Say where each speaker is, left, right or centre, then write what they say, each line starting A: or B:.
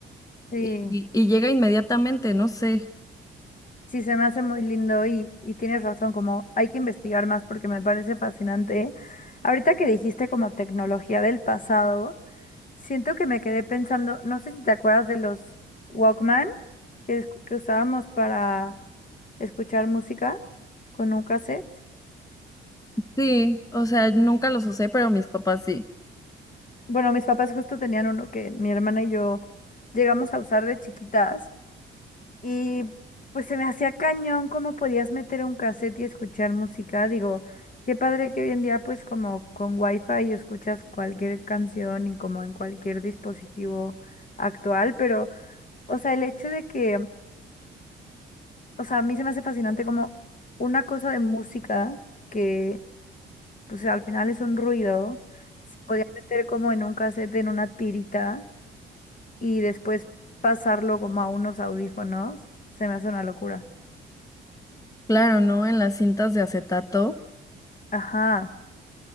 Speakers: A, on the left; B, on the left.
A: Sí,
B: y, y y llega inmediatamente, no sé.
A: sí, se me hace muy lindo y, y tienes razón, como hay que investigar más porque me parece fascinante. Ahorita que dijiste como tecnología del pasado. Siento que me quedé pensando, no sé si te acuerdas de los Walkman que, escu- que usábamos para escuchar música con un cassette.
B: Sí, o sea, nunca los usé, pero mis papás sí.
A: Bueno, mis papás justo tenían uno que mi hermana y yo llegamos a usar de chiquitas y pues se me hacía cañón cómo podías meter un cassette y escuchar música. Digo, qué padre que hoy en día pues como con Wi-Fi escuchas cualquier canción y como en cualquier dispositivo actual, pero o sea, el hecho de que... o sea, a mí se me hace fascinante como una cosa de música que, pues al final es un ruido, se podía meter como en un cassette, en una tirita y después pasarlo como a unos audífonos, se me hace una locura.
B: Claro, ¿no? En las cintas de acetato.
A: Ajá,